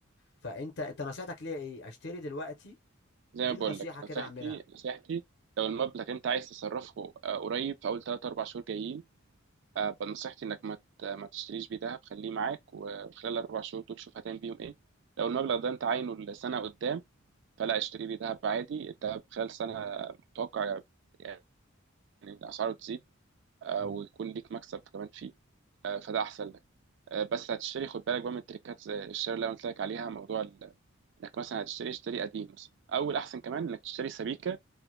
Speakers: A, on the left; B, on the right.
A: فانت انت نصيحتك ليا ايه اشتري دلوقتي
B: زي
A: اديني
B: ما بقول
A: نصيحه
B: لك
A: كده
B: نصيحتي
A: اعملها
B: نصيحتي لو المبلغ انت عايز تصرفه آه، قريب في اول 3 4 شهور جايين آه، نصيحتي انك ما ت- ما تشتريش بيه دهب خليه معاك وخلال الاربع شهور دول شوف هتعمل بيهم ايه لو المبلغ ده انت عاينه لسنه قدام فلا اشتري بيه دهب عادي الدهب خلال سنه متوقع يعني إن اسعاره تزيد آه،
A: امم
B: ويكون ليك مكسب كمان فيه آه، فده احسن لك آه، بس هتشتري خد بالك بقى من التريكات زي الشراء اللي انا قلت لك عليها موضوع ال- انك مثلا هتشتري اشتري قديم مثلا او الاحسن كمان انك تشتري سبيكه